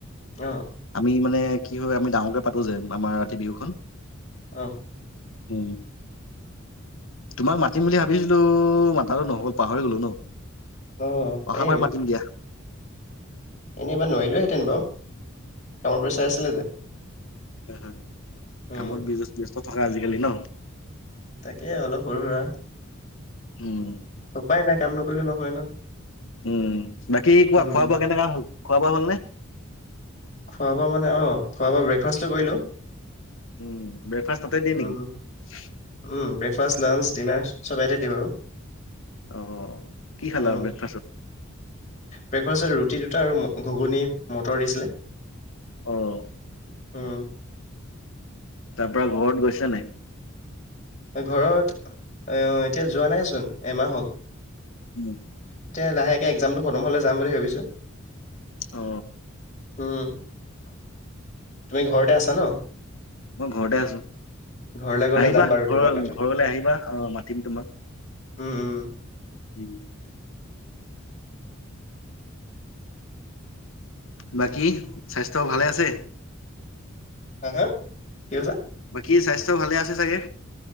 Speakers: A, on the left; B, on the left.
A: আহ।
B: আমি মানে কি হয় আমি ডাঙৰকে পাতো যে আমাৰ ৰাতি বিহুখনন
A: অ'।
B: উ তোমাক মাতিম বুলি ভাবিছিলো মাতালো নহকল পাহৰি গলো ন।
A: অ', <unintelligible>
B: অহাবাৰ
A: অ',
B: মাতিম দিয়া
A: এনে মই নোৱাৰিলোহেঁতেন বাৰু। কামৰ পৰা চাই আছিলে যে।
B: উম হু।
A: উম,
B: কামত বিজচ। <unintelligible> <unintelligible> আজিকালি ন?
A: তাকে অলপ সৰু সুৰা,
B: উম
A: উপায় নাই কাম নকৰিলে ন। হয় ন।
B: উম, বাকী কোৱা
A: উম,
B: খোৱা বোৱা কেনেকুৱা হ'ল। খোৱা বোৱা হ'লনে?
A: খোৱা বোৱা মানে অ', খোৱা বোৱা ব্ৰেকফাষ্টটো কৰিলোঁ।
B: উম, ব্ৰেকফাষ্ট তাতে দিয়ে
A: উম,
B: নেকি?
A: উম, ব্ৰেকফাষ্ট, লাঞ্চ, ডিনাৰ চব ইয়াতে দিম আৰু।
B: অ কি খালা
A: অ',
B: ব্ৰেকফাষ্টত
A: ব্ৰেকফাষ্টত ৰুটি দুটা আৰু ঘুগুনি মটৰ দিছিলে।
B: অহ।
A: উম।
B: তাৰপৰা ঘৰত গৈছা নাই?
A: ঘৰত আ এতিয়া যোৱা নাইচোন এমাহ হ'ল
B: উম
A: এতিয়া লাহেকে এক্সামটো খতম হলে যাম বুলি ভাবিছো
B: অ
A: উম <inaudible> তুমি ঘৰতে আছা ন।
B: মই ঘৰতে আছো
A: ঘৰলে গলে
B: আহিবা
A: যাম বাৰু
B: ঘৰ
A: তোমাৰ তাতে
B: ঘৰলে আহিবা অ মাতিম তোমাক
A: উম উম।
B: উম। বাকী স্বাস্থ্য ভালে আছে?
A: হা হা কি কৈছা?
B: কি স্বাস্থ্য ভালে আছে চাগে?